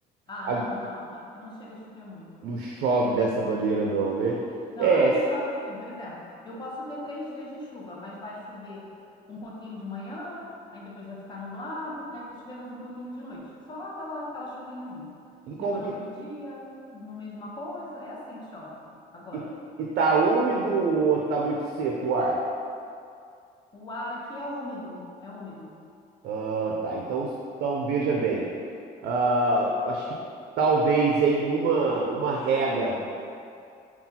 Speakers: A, on the left (about 25°); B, on the right (about 70°).
A: Ah,
B: Ah,
A: não, não. Aqui não chega a chover muito.
B: Não chove dessa maneira, não, né?
A: Não,
B: É,
A: aqui chove assim, por exemplo, eu posso ter três dias de chuva, mas vai chover um pouquinho de manhã, aí depois vai ficar nublado, aí vai chover mais um pouquinho de noite. Só aquela, aquela chuvinhazinha.
B: e como
A: Depois no
B: que.
A: outro dia, mesma coisa, é assim que chove. Agora,
B: E, e tá úmido ou tá muito seco o ar?
A: o ar aqui é úmido, é úmido.
B: Ah, tá. Então, então veja bem. Ah, acho que talvez em uma, uma rega.